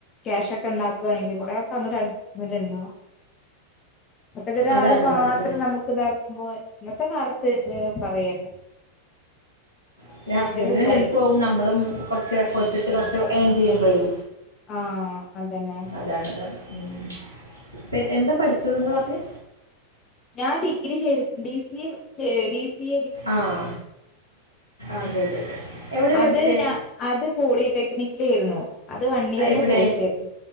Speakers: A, on the left; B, on the left.
A: ക്യാഷ് ഒക്കെ ഉണ്ടാക്കുകവാണെങ്കിൽ കുറെേ അ അഡ്സ്മെന്റ് ഉണ്ടാവും മറ്റതൊ ഒരാള്
B: അതാണ്,
A: മാത്രം
B: അതാണ് പിന്നെ.
A: നമുക്ക് ഇതാക്കുമ്പോ ഇന്നത്തെ കാലത്ത് പറയണ
B: <unintelligible> ഹസ്ബന്ഡറിന്
A: ഇതായിരിക്കും
B: ഹെൽപ്പ് ആവും നമ്മളും കുറച്ച് എഫേർട്ടിട്ട് കുറച്ച് ഏൺ ചെയ്യുമ്പോഴും
A: ആഹ അതന്നെ
B: അതാണ് അതാണ് ഉം അപ്പൊ എന്താ പഠിച്ചതെന്ന് പറഞ്ഞെ
A: ഞാൻ ഡിഗ്രി ചെയ്തിട്ടുണ്ട് ഡി സി എ ഡിസി
B: ആഹ അതെ അതെ അതെ എവിടെയാ
A: അത്
B: പഠിച്ചേ?
A: ഞാ അത് പോളിടെക്നിക്കിലേരുന്നു അത് വൺ ഇയറിന്റെ
B: എവിടെ?
A: കോഴ്സേര്ന്നു